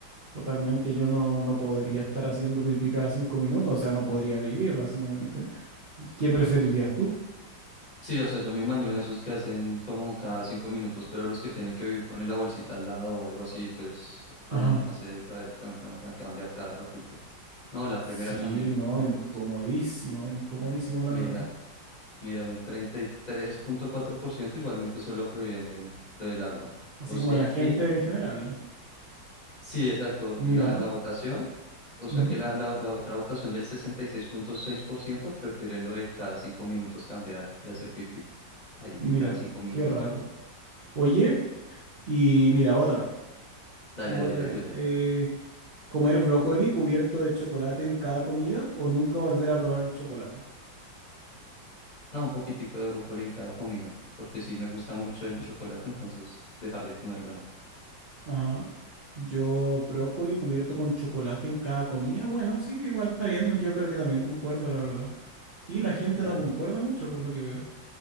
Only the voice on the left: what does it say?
Sí, o sea, yo me imagino de esos que hacen como cada cinco minutos, pero los que tienen que vivir con la bolsita al lado o algo así, pues tú
hace ta- tan, tan, tan, cambiar cada ratico. No, la
primera también,
obvio.
Mira,
mira, un 33.4% igualmente solo provienen del agua.
O sea
que
Sí, exacto.
La, la votación, o sea
que la, la, la otra votación del sesenta y seis seis punto seis por ciento prefieren lo de cada cinco minutos cambiar y hacer pipí. Ahí,
cada cinco minutos.
Dale,
dale,
la
tuya.
No, un poquitico de brócoli en cada comida, porque sí me gusta mucho el chocolate, entonces dejar de comerlo no.
Dale.